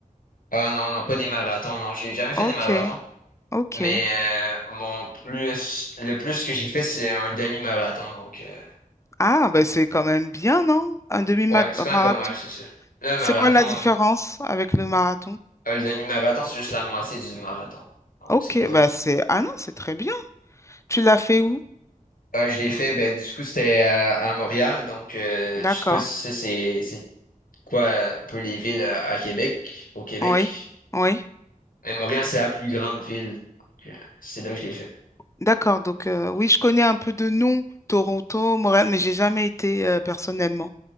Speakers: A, on the left; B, on the left.
A: Ah non, non, pas des marathons, non, j'ai jamais fait
B: Ok,
A: des marathons.
B: ok.
A: Mais euh, mon plus, le plus que j'ai fait, c'est un demi-marathon, donc euh,
B: Ah, ben c'est quand même bien, non? Un demi-marathon.
A: ouais, c'est quand même pas mal, c'est sûr. Là,
B: C'est
A: un marathon,
B: quoi la différence
A: hein,
B: avec le marathon?
A: euh, le demi-marathon, c'est juste la moitié du marathon. Donc
B: Ok,
A: c'est pas.
B: bah c'est... Ah non, c'est très bien. Tu l'as fait où?
A: Ah, je l'ai fait, ben du coup c'était à, à Montréal, donc euh,
B: D'accord.
A: je sais pas si c'est c'est c'est quoi euh, un peu les villes à à Québec, au Québec.
B: Oui, oui.
A: Mais Montréal, c'est la plus grande ville. Donc, euh, C'est là que je l'ai fait.
B: D'accord, donc euh, oui, je connais un peu de nom, Toronto, Montréal, mais j'ai jamais été euh, personnellement.